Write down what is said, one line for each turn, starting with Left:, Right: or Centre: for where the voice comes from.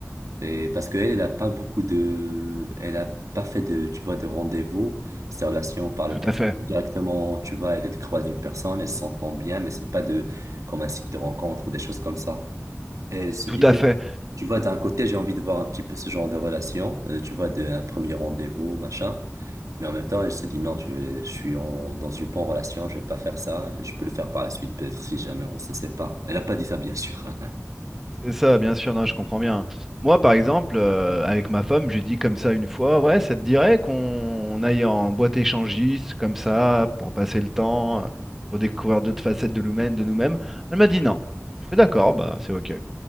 Right: et parce qu'elle, elle n'a pas beaucoup de... Elle a pas fait de, tu vois, de rendez-vous, ces relations par le
Centre: Tout
Right: passé.
Centre: à fait,
Right: Directement, tu vois, elle, elle croise une personne, elle s'entend bien, mais c'est pas de, comme un site de rencontre ou des choses comme ça. Et elle se
Centre: tout
Right: disait,
Centre: à fait.
Right: tu vois, d'un côté, j'ai envie de voir un petit peu ce genre de relation, euh, tu vois, de, un premier rendez-vous, machin. Mais en même temps, elle se dit, non, je, je suis en, dans une bonne relation, je vais pas faire ça, je peux le faire par la suite, peut-être si jamais on se sépare. Elle a pas dit ça, bien sûr. hein.
Centre: C'est ça, bien sûr, non, je comprends bien. Moi, par exemple, euh, avec ma femme, j'ai dit comme ça une fois, ouais, ça te dirait qu'on on aille en boîte échangiste, comme ça, pour passer le temps, euh, pour découvrir d'autres facettes de nous-mêmes, de nous-mêmes. Elle m'a dit non. Je fais d'accord, bah c'est ok.